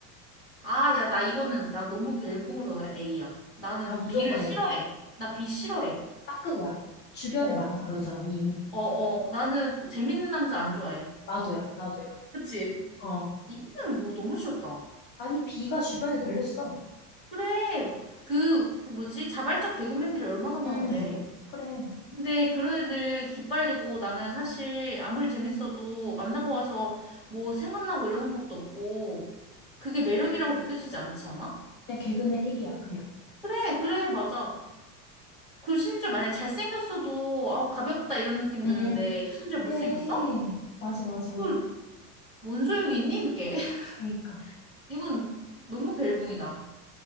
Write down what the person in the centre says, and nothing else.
아, 야, 나 이거는, 나 너무 벨붕으로 나 A야. 나는
B를 싫어해.
나 B 싫어해.
어.
어, 어. 나는 재밌는 남자 안 좋아해.
그치?
이거는 뭐 너무 쉬웠다.
그래. 그, 그 뭐지? 자발적 개그맨들이 얼마나 많은데.
근데 그런 애들 기빨리고 나는 사실 아무리 재밌어도 만나고 와서 뭐 생각나고 이러는 것도 없고 그게 매력이라고 느껴지지 않지 않아?
그래, 그래, 맞아. 그 심지어 만약에 잘생겼어도 아우 가볍다 이런 느낌
드는데 심지어
못생겼어?
그걸 뭔 소용이 있니 그게? <laughs>
이건 너무 벨붕이다.